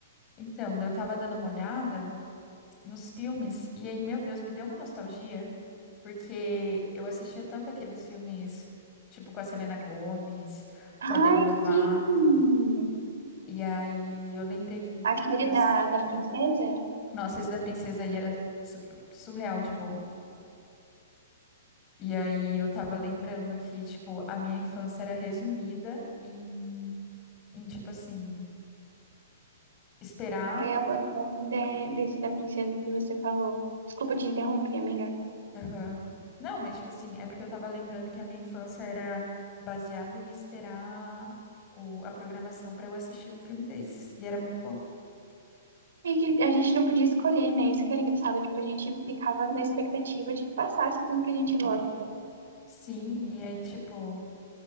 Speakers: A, on the left; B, on the right.
A: Então, daí eu tava dando uma olhada nos filmes, e aí, meu Deus, me deu uma nostalgia, porque eu assistia tanto aqueles filmes, tipo, com a Selena Gomez, com a Demi
B: Ai,
A: Lovato,
B: sim!
A: e aí eu lembrei que,
B: Aquele
A: meu Deus.
B: da, da princesa?
A: Nossa, esse da princesa aí era su- surreal de bom. E aí eu tava lembrando que, tipo, a minha infância era resumida em, em tipo assim, esperar.
B: Eu gostava de- desse da princesa que você falou. Desculpa te interromper, amiga.
A: Aham. Não, mas, tipo assim, é porque eu tava lembrando que a minha infância era baseada em esperar o, a programação pra eu assistir um filme desse. E era muito bom.
B: É que a gente não podia escolher, né? Isso que era engraçado. Tipo, a gente ficava na expectativa de que passasse o filme que a gente gosta.
A: Sim, e aí, tipo,